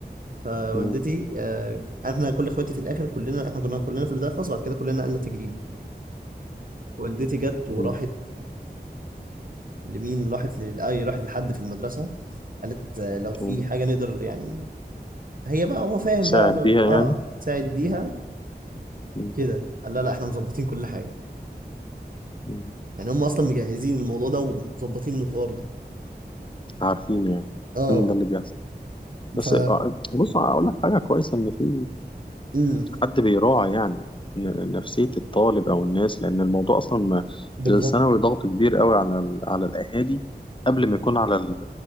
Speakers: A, on the right; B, on the left.
A: فوالدتي
B: مم.
A: آه احنا كل اخواتي في الاخر كلنا احنا كنا كلنا في البدايه خالص بعد كده كلنا نقلنا تجريبي والدتي جت وراحت
B: مم.
A: لمين راحت ل... أي راحت لحد في المدرسة قالت آه، لو في
B: مم.
A: حاجة نقدر يعني هي بقى هو فاهم
B: ساعد
A: بقى قال له
B: بيها
A: اه
B: يعني
A: ساعد بيها
B: مم. مم.
A: كده قال لا لا احنا مظبطين كل حاجة
B: مم.
A: يعني هم أصلا مجهزين الموضوع ده ومظبطين الحوار ده
B: عارفين يعني عارفين
A: اه
B: ده اللي بيحصل بس
A: ف
B: آه، بص أقول لك حاجة كويسة إن في
A: امم
B: حد بيراعي يعني ن- نفسية الطالب أو الناس لأن الموضوع أصلا ما
A: بالظبط
B: الثانوي ضغط كبير قوي على ال- على الأهالي قبل ما يكون على ال-